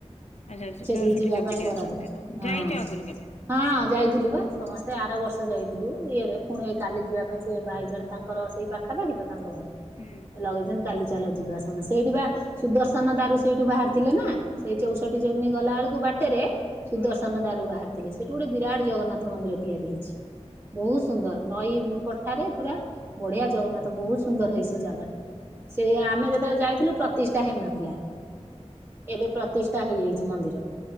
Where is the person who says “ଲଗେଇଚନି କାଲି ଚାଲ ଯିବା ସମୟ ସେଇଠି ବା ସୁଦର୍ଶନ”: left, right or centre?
Right